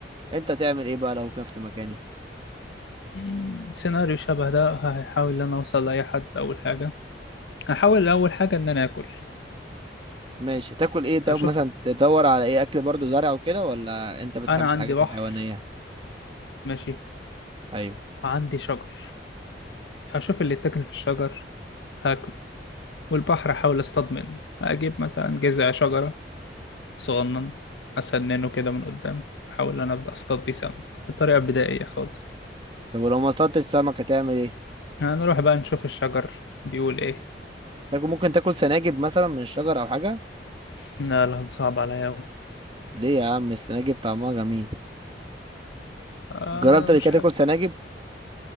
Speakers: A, on the right; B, on the left.
A: انت تعمل ايه بقى لو في نفس مكاني
B: مم، سيناريو شبه ده هحاول ان انا اوصل لاي حد اول حاجة هحاول اول حاجة ان انا اكل
A: ماشي هتاكل ايه طب
B: اشوف
A: مثلا تدور على ايه اكل برضو زرع وكده ولا انت بتحب
B: انا عندي
A: الحاجات
B: بحر
A: الحيوانية
B: ماشي
A: ايوه
B: وعندي شجر اشوف اللي اتاكل في الشجر هاكله والبحر احاول اصطاد منه اجيب مثلا جذع شجرة صغنن اسننه كده من قدام احاول ان انا ابدا اصطاد بيه سمك بطريقة بدائية خالص
A: طب ولو ما اصطادتش سمك هتعمل ايه
B: هنروح بقى نشوف الشجر بيقول ايه
A: تاكل ممكن تاكل سناجب مثلا من الشجر او حاجة
B: لا لا ده صعب عليا أوي
A: ليه يا عم السناجب طعمها جميل
B: آه
A: جربت قبل
B: مش
A: كده
B: ح...
A: تاكل سناجب